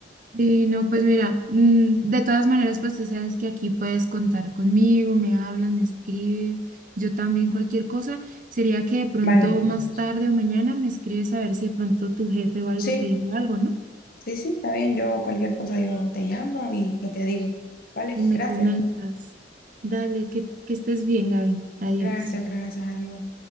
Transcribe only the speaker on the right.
y no, pues mira, mm, de todas maneras, pues tú sabes que aquí puedes contar conmigo, me hablas, me escribes, yo también cualquier cosa. Sería que de pronto
más
tarde o mañana me escribes a ver si de pronto tu jefe o algo
te dijo algo, ¿no?
y me
comentas. Dale, que, que estés bien, Gaby. Adiós.